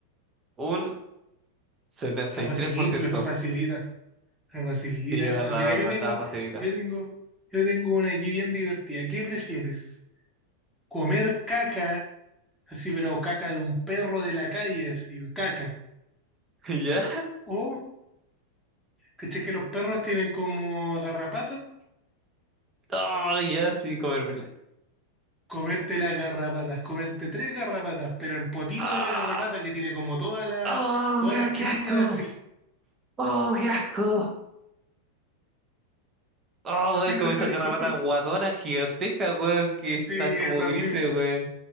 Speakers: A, on the right (about 20°); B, in the centre.
A: un setenta
B: Esa
A: y
B: fue
A: tres
B: simple,
A: por ciento.
B: fue facilita. Fue facilita
A: Sí, es
B: esa.
A: verdad,
B: Mira,
A: es
B: yo
A: verdad,
B: tengo,
A: estaba facilita.
B: yo tengo, yo tengo una aquí bien divertida. ¿Qué prefieres? ¿Comer caca? Así, pero caca de un perro de la calle, así, caca.
A: <laughs> ¿Ya?
B: O ¿Cachai que los perros tienen como garrapatas?
A: Oh, ya, sí, comérmela.
B: Comerte las garrapatas, comerte tres garrapatas, pero el potito
A: ¡Ah!
B: de la garrapata que tiene como todas las,
A: ¡Oh,
B: todas
A: weón,
B: las
A: qué
B: crías,
A: asco!
B: <laughs> sí.
A: ¡Oh, qué asco! ¡Oh, weón,
B: ¿Qué
A: como
B: preferís?
A: esas garrapatas guatonas gigantescas, weón, que están
B: Sí, esas
A: como grises,
B: mismas.
A: weón!